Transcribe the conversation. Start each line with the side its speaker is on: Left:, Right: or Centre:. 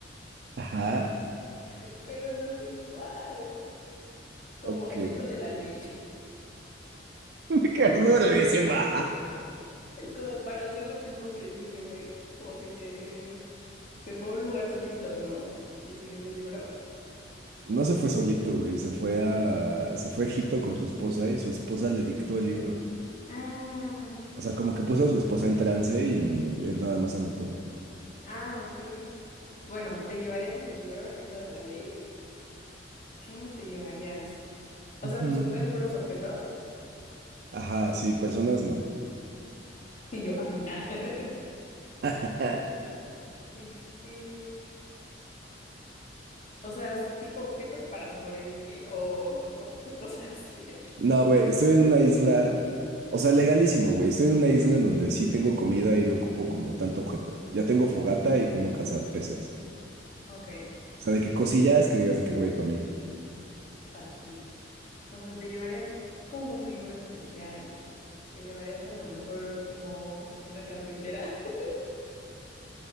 Right: ajá.
Left: <laughs> pero no sé cuál. Como
Right: Ok.
Left: el
Right: <laughs>
Left: libro de la ley,
Right: Me quedas gordísima.
Left: <laughs> como para hacer lo mismo que hizo ese güey, como que se, se fue a un lugar solito, ¿no? Y escribió el libro.
Right: No se fue solito, güey, se fue a, se fue a Egipto con su esposa y su esposa le dictó el libro.
Left: Ah,
Right: O sea, como que puso a su esposa en trance y él nada más anotó.
Left: ah, ok. Bueno, ¿te llevarías ese libro, el libro de la ley? ¿Qué más te llevarías? O
Right: Ujú.
Left: sea, ¿se pueden puros objetos?
Right: Ajá, sí, personas no.
Left: <laughs> Y yo, a mí. ah. <laughs>
Right: <laughs>
Left: Este, o sea, ¿es tipo objetos para sobrevivir o objetos <laughs> así aquí.
Right: No, güey, estoy en una isla, o sea, legalísimo, güey. Estoy en una isla en donde sí tengo comida y no ocupo como tanto objeto. Ya tengo fogata y cómo cazar peces.
Left: Ok,
Right: O sea, de que cosillas que digas de que, güey, para mí.
Left: para ti. O sea, ¿te llevarías como un libro especial? ¿Te llevarías a lo mejor como una cafetera? <laughs>